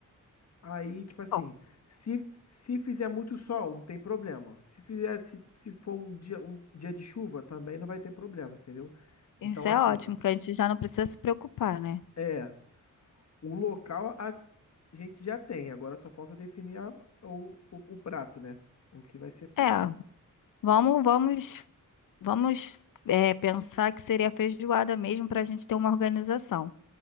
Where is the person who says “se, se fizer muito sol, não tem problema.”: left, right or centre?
Left